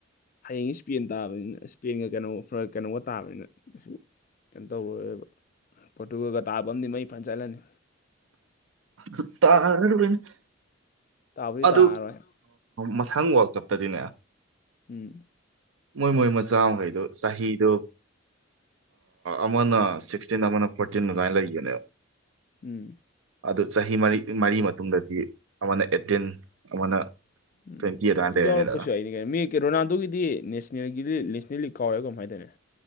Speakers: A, on the left; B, on the right.
A: ꯍꯌꯦꯡ ꯏꯁ꯭ꯄꯦꯟ ꯇꯥꯕꯅꯤꯅ ꯏꯁ꯭ꯄꯦꯟꯒ ꯀꯩꯅꯣ ꯀꯩꯅꯣꯒ ꯇꯥꯕꯅꯤꯅ ꯀꯩꯁꯨ ꯀꯩꯅꯣ ꯇꯧꯔꯔꯣꯏꯕ ꯇꯨꯒꯥꯜꯒ ꯇꯥꯕꯝꯅꯤ ꯃꯩ ꯐꯅ ꯆꯥꯠꯂꯅꯤ
B: <unintelligible>
A: ꯇꯥꯕꯨꯗꯤ
B: ꯑꯣ
A: ꯇꯥꯔꯔꯣꯏ
B: ꯃꯊꯪ ꯋꯥꯔꯜ ꯀꯞꯇꯗꯤꯅꯦ
A: ꯎꯝ
B: ꯃꯣꯏ ꯃꯣꯏ ꯃꯆꯥꯃꯈꯩꯗꯨ ꯆꯍꯤꯗꯣ ꯑꯃꯅ ꯁꯤꯛꯁꯇꯤꯟ ꯑꯃꯅ ꯐꯣꯔꯇꯤꯟ ꯑꯗꯨꯃꯥꯏꯅ ꯂꯩꯈꯤꯕꯅꯦꯕ
A: ꯎꯝ
B: ꯑꯗꯨ ꯆꯍꯤ ꯃꯔꯤ ꯃꯔꯤ ꯃꯇꯨꯡꯗꯗꯤ ꯑꯃꯅ ꯑꯦꯠꯇꯤꯟ ꯑꯃꯅ
A: ꯎꯝ
B: ꯇ꯭ꯋꯦꯟꯇꯤ ꯑꯗꯨꯃꯥꯏꯅ ꯂꯩꯔꯅꯤꯗꯅ
A: ꯌꯥꯎꯔꯛꯄꯁꯨ ꯑꯩꯅꯤ ꯀꯩꯅꯣ ꯃꯤ ꯔꯣꯅꯥꯜꯗꯣꯒꯤꯗꯤ ꯅꯦꯁꯅꯦꯜꯒꯤꯗꯤ ꯅꯦꯁꯅꯦꯜ ꯂꯤꯛ ꯀꯥꯎꯋꯦ ꯀꯃꯥꯏ ꯍꯥꯏꯅꯗꯣꯏꯅꯦ